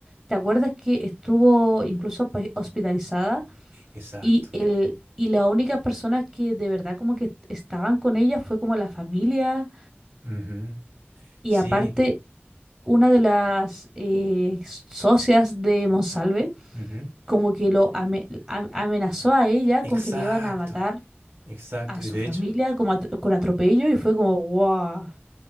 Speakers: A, on the right; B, on the right.
A: ¿te acuerdas que estuvo incluso pues, hospitalizada?
B: Exacto.
A: Y, el, y las únicas personas que de verdad como que estaban con ella fue como la familia
B: Ujú,
A: y
B: Sí.
A: aparte una de las eh, socias de Monsalve
B: ujú,
A: como que lo ame- am- amenazó a ella
B: Exacto.
A: con que le iban a matar
B: Exacto.
A: a
B: Y
A: su
B: de
A: familia
B: hecho,
A: como at- con atropello y fue como wow.